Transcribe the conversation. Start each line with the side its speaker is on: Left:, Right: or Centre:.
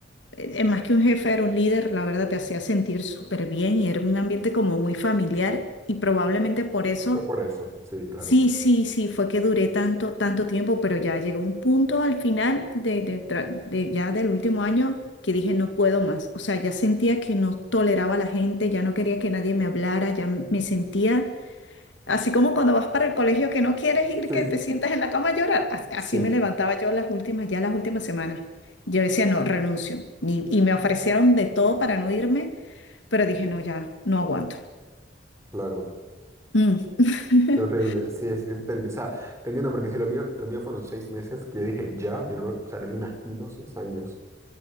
Left: eh, más que un jefe, era un líder, la verdad te hacía sentir súper bien y era un ambiente como muy familiar y probablemente por eso,
Right: Fue por eso, sí, claro.
Left: sí, sí, sí, fue que duré tanto, tanto tiempo, pero ya llegó un punto al final de, de tra- de ya del último año que dije no puedo más, o sea, ya sentía que no toleraba a la gente, ya no quería que nadie me hablara, ya me sentía Así como cuando vas para el colegio que no quieres ir,
Right: Sí,
Left: que te sientas en la cama a llorar. As-
Right: sí,
Left: Así me levantaba yo las últimas, ya las últimas semanas. Yo decía, no, renuncio. Y, y me ofrecieron de todo para no irme, pero dije, no, ya, no aguanto.
Right: claro.
Left: Mm. <laughs>
Right: Qué horrible. Sí, es que, te enti- o sea, te entiendo, porque si lo mío, lo mío fueron seis meses, que yo dije ya, yo no me, o sea, no me imagino seis años.